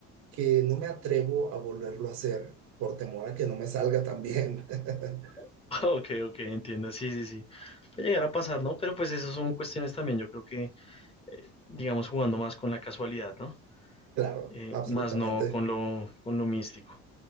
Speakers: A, on the right (about 65°); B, on the left (about 20°).
A: que no me atrevo a volverlo a hacer por temor a que no me salga tan bien.
B: <laughs>
A: <laughs>
B: ok, ok, entiendo, sí, sí, sí. Puede llegar a pasar, ¿no? Pero pues esas son cuestiones también, yo creo que, eh, digamos, jugando más con la casualidad, ¿no?
A: Claro,
B: Eh,
A: absolutamente.
B: más no con lo, con lo místico.